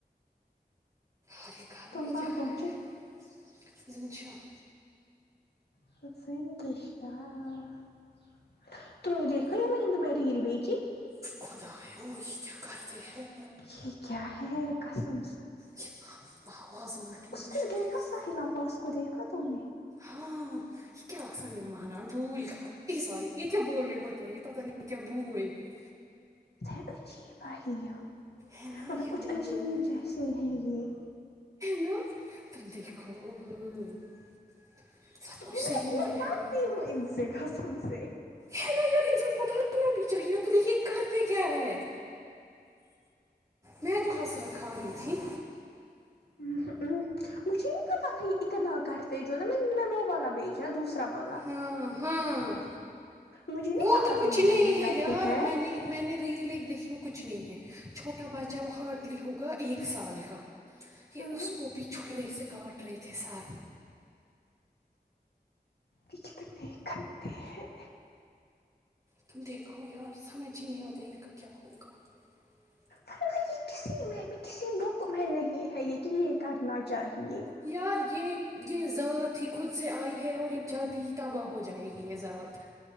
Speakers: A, on the right; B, on the left.
A: اور یہ کار
B: تم
A: میں
B: کہاں
A: کیا
B: پہنچی
A: ہے <unintelligible> ونشا <unintelligible>
B: ح سین دشیا <unintelligible> توم نے دیکھاا میں نے میر <unintelligible> تل بی جی <unintelligible>
A: خدا ہو ہی کیا کرتے ہیں <unintelligible>
B: یہ کیا ہے کسم
A: یہ با- بآواز ناٹھن
B: اس
A: مشک
B: کو دیکھا
A: ہے
B: ساحل اباس کو دیکھا تم نے
A: ہاں یہ کیا آسانی بانا بول سوری یہ کیا بول رہے ہوتے ہیں یہ پت نہیں کیا بول <unintelligible>
B: اچھی پاہی <unintelligible>
A: ہے نا
B: مطلب
A: یہ
B: کچھ عجیب جیسے ہیں یہ
A: نا تدی کو ا گئی <unintelligible> سب کچھ
B: میں
A: صحیح
B: میں
A: م
B: ڈرتی
A: ہے مگر
B: ہوں ان سے قسم سے
A: ہے نا یار انسان کو ڈالنا بھی چاہیے تو <unintelligible> دیکھیے کرتے کیا ہے میں تو حسرت کھا رہی تھی
B: ہ ہ ہ مجھے نہیں پتا تھا اتنا کرتے جو نا میں میں وہ والا بھیجا دوسرا والا
A: ہاں ہاں
B: مجھے نہیں
A: وہ
B: پتا
A: تو کچھ
B: تھا یہ
A: نہیں
B: یہ بھی
A: ہے
B: کرتے
A: یار
B: ہیں
A: میں نے میں نے ریل ایک دیکھیے وہ کچھ نہیں ہے چھوٹا بچا ہے وہ ہارڈلی ہوگا ایک سال کا کہ
B: ہاں
A: اس کو بھی چھوڑ رہے سکے کٹ رہت ح سال <unintelligible>
B: یہ کتنے گندے ہیں
A: تم دیکھو یار سمجھ ہی نہیں آتا ان کا کیا ہوگا <unintelligible>
B: فن یہ کسی میں بھی کسی بک میں نہیں ہے یہ کہ یہ کرنا چاہیے
A: یار یہ یہ ذات ہی خود سے آئی ہے اور یہ جلدی ہی تباہ ہو جائے گی یہ ذات